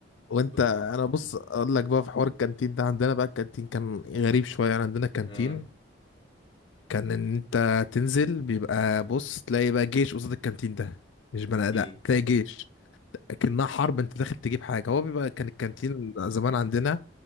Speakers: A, on the left (about 75°); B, on the left (about 30°).
A: وانت
B: كنت بتت...
A: انا بص اقول لك بقى في حوار الكانتين ده عندنا بقى الكانتين كان غريب شويه يعني عندنا كانتين
B: اه
A: كان ان انت تنزل بيبقى بص تلاقي بقى جيش قصاد الكانتين ده مش بني
B: اكيد
A: ادم تلاقي جيش لكنها حرب انت داخل تجيب حاجه هو بيبقى كان الكانتين زمان عندنا